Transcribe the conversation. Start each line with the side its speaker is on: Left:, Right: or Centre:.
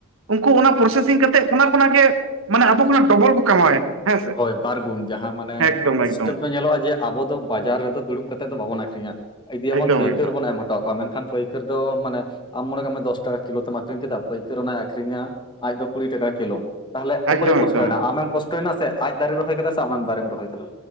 Right: ᱩᱱᱠᱩ ᱚᱱᱟ ᱯᱨᱚᱥᱮᱥᱤᱝ ᱠᱟᱛᱮᱫ ᱚᱱᱟ ᱠᱷᱚᱱᱟᱜ ᱜᱮ ᱢᱟᱱᱮ ᱟᱵᱚ ᱠᱷᱚᱱᱟᱜ ᱰᱚᱵᱚᱞ ᱠᱚ ᱠᱟᱢᱟᱣᱮᱫ᱾ ᱦᱮᱸ ᱥᱮ
Left: ᱦᱳᱭ ᱵᱟᱨᱜᱩᱱ ᱡᱟᱦᱟᱸ ᱢᱟᱱᱮ
Right: ᱮᱠᱫᱚᱢ
Left: ᱥᱤᱥᱴᱮᱢ
Right: ᱮᱠᱫᱚᱢ
Left: ᱫᱚ ᱧᱮᱞᱚᱜᱼᱟ ᱡᱮ ᱟᱵᱚ ᱫᱚ ᱵᱟᱡᱟᱨ ᱨᱮᱫᱚ ᱫᱩᱲᱩᱵ ᱠᱟᱛᱮ ᱫᱚ ᱵᱟᱵᱚᱱ ᱟᱠᱷᱨᱤᱧᱟ ᱤᱫᱤᱭᱟᱵᱚᱱ
Right: ᱮᱠᱫᱚᱢ
Left: ᱯᱟᱹᱭᱠᱟᱹᱨ
Right: ᱮᱠᱫᱚᱢ
Left: ᱵᱚᱱ ᱮᱢᱟ ᱴᱟᱠᱟ ᱢᱮᱱᱠᱷᱟᱱ ᱯᱟᱹᱭᱠᱟᱹᱨ ᱫᱚ ᱢᱟᱱᱮ ᱟᱢ ᱢᱚᱱᱮ ᱠᱟᱜ ᱢᱮ ᱫᱚᱥ ᱴᱟᱠᱟ ᱠᱤᱞᱳ ᱛᱮᱢ ᱟᱠᱷᱨᱤᱧ ᱠᱮᱫᱟ ᱯᱟᱹᱭᱠᱟᱹᱨ ᱚᱱᱟᱭ ᱟᱹᱷᱨᱤᱧᱟ ᱟᱡ ᱫᱚ ᱠᱩᱲᱤ ᱴᱟᱠᱟ ᱠᱤᱞᱳ᱾ ᱛᱟᱦᱚᱞᱮ ᱚᱠᱚᱭᱮ
Right: ᱮᱠᱫᱚᱢ
Left: ᱠᱚᱥᱴᱚᱭᱮᱱᱟ
Right: ᱮᱠᱫᱚᱢ
Left: ᱟᱢᱮᱢ ᱠᱚᱥᱴᱚᱭᱮᱱᱟ ᱥᱮ ᱟᱡ ᱫᱟᱨᱮᱭ ᱨᱚᱦᱚᱭ ᱠᱟᱫᱟ ᱥᱮ ᱟᱢ ᱫᱟᱨᱮᱢ ᱨᱚᱦᱚᱭ ᱟᱠᱟᱫᱟ?